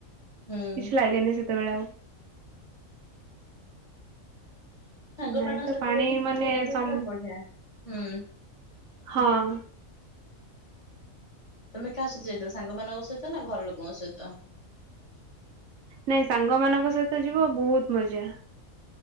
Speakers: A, on the left; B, on the right.
A: ହୁଁ
B: କିଛି ଲାଗେନି ସେତେବେଳେ ଆଉ।
A: ସାଙ୍ଗମାନଙ୍କ
B: ନାଇଁ ତ
A: ସହିତ
B: ପାଣି
A: ଯାଇକି
B: ମାନେ
A: ପୁରୀ ରେ ଗାଧେଇବୁ
B: ସମ୍
A: ପୁରା ବଢିଆ ହୁଁ।
B: ହଁ।
A: ତମେ କାହା ସହିତ ଯାଇଥିଲ ସାଙ୍ଗମାନଙ୍କ ସହିତ ନା ଘର ଲୋକଙ୍କ ସହିତ?
B: ନାଇଁ ସାଙ୍ଗମାନଙ୍କ ସହିତ ଯିବ ବହୁତ୍ ମଜା।